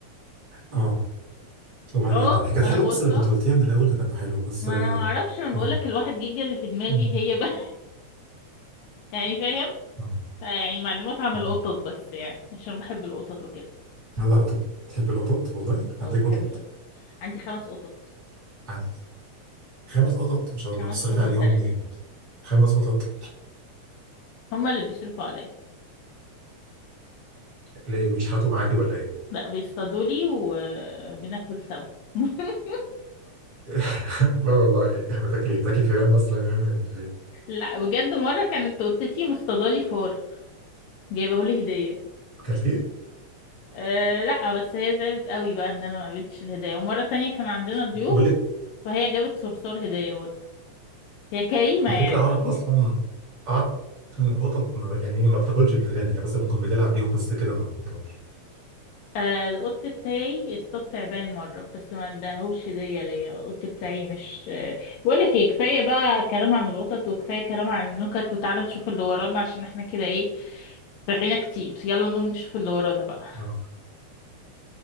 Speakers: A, on the right (about 40°); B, on the left (about 80°).
A: اه وبعدين
B: اه
A: طب هي كانت
B: انا
A: حلوه
B: بوظتها
A: بص لو كنت قلتيها من الاول كان هيبقى حلو بس
B: ما
A: اه
B: انا ما اعرفش انا
A: اه
B: بقولك الواحد جيجا اللي في دماغي
A: مم.
B: هي بس <laughs> يعني فاهم
A: آه.
B: يعني معلومات عن
A: مم.
B: القطط بس يعني عشان بحب القطط وكده
A: هلا قطط تحب القطط والله عندك
B: او بحب
A: قطط
B: القطط عندي خمس قطط
A: عن- خمس قطط ما شاء الله
B: خمس
A: بتصرفي
B: قطط
A: عليهم
B: بلدي
A: منين خمس قطط
B: هما اللي بيصرفوا عليا
A: ليه بيشحتوا معاكي ولا ايه
B: لا بيصطادوا لي وبناكل سوا <laughs>
A: <laughs> لا والله إيه؟ بتاكلي بتاكلي فيران مثلا يعني ولا ايه
B: لا بجد مرة كانت قطتي مصطادالي فار جايبه لي هدية
A: اكلتيه
B: أه لا بس هي زعلت قوي بقى ان انا ما قابلتش الهدية ومرة تانية كان عندنا ضيوف
A: بقول لك
B: فهي جابت صرصار هدية برضه هي كريمة
A: على
B: يعني
A: فكرة أعرف
B: <laughs>
A: أصلا أعرف إن القطط ما- يعني إيه ما بتاكلش الفئران هي بس ممكن بتلعب بيهم بس كده ما بتطورش
B: آه، القط بتاعي اصطاد تعبان مرة بس ما اداهوش هدية ليا القط بتاعي مش آه، بقولك ايه كفاية بقى كلام عن القطط وكفاية كلام عن النكت وتعالى نشوف اللي ورانا عشان احنا كده ايه رغينا كتير يلا نقوم نشوف اللي ورانا بقى
A: اه